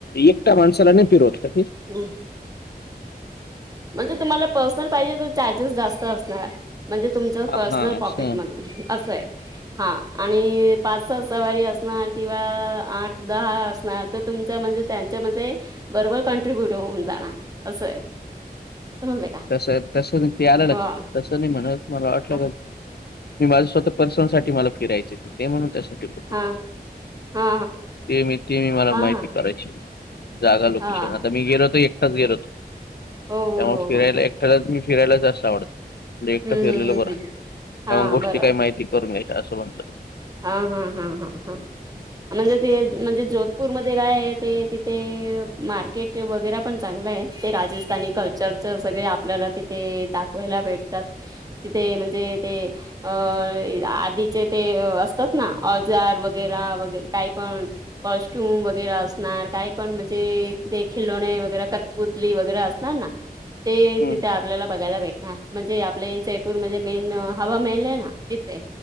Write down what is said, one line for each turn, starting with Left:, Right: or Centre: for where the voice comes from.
Left: एकटा माणसाला नाही फिरवत काय ते?
Right: हम्म. म्हणजे तुम्हाला पर्सनल पाहिजे तर चार्जेस जास्त असणार. म्हणजे तुमचं
Left: हा
Right: पर्सनल
Left: हा असं
Right: पॉकेटमधून असं आहे. हा आणि पाच सात सवारी असणार किंवा आठ दहा असणार तर तुमच्या म्हणजे त्यांच्यामध्ये बरोबर कॉन्ट्ररीब्युट होऊन जाणार असं आहे. समजलं का?
Left: तसं तसं नाही ते आलं लक्षात
Right: हो हा
Left: तसं नाही म्हणत मला वाटलं
Right: हा
Left: का मी माझ स्वतः पर्सनल साठी मला फिरायचाय तिथे म्हणून त्यासाठी बोललो.
Right: हा हा
Left: ते मी तीन <unintelligible>
Right: हा हा
Left: माहिती कारायची जागा लोकेशन
Right: हा
Left: आता मी गेलोत एक टाच गेलो होतो
Right: हो हो
Left: त्यामुळे
Right: हो
Left: फिरायला
Right: हो हम्म
Left: ऐकटाला मी फिरायला जास्त आवडतं. आपले एकटं
Right: हम्म
Left: फिरलेलं
Right: हम्म
Left: बरं
Right: हम्म
Left: त्यामुळे
Right: हा
Left: गोष्टी
Right: बरोबर
Left: काही माहिती करून घ्यायच्या असं म्हणतो मी.
Right: हा हा हा हा हा. म्हणजे ते, म्हणजे जोधपूरमध्ये काय आहे ते ते तिथे मार्केट ते वगैरा पण चांगलं आहे, ते राजस्थानी कल्चरच सगळे आपल्याला तिथे दाखवायला भेटतात. तिथे म्हणजे ते, अं आधीचे ते अस तात ना, औजार वगैरा वगै काय पण कॉस्ट्युम वगैरा असणार, काही पण म्हणजे ते खिलोणे वगैरा कटपुतली वगैरा असणार ना. ते
Left: हम्म
Right: तिथे आपल्याला बघायला भेटणार. म्हणजे आपले जयपूरमध्ये मेन हवा मेहल है ना तिथे,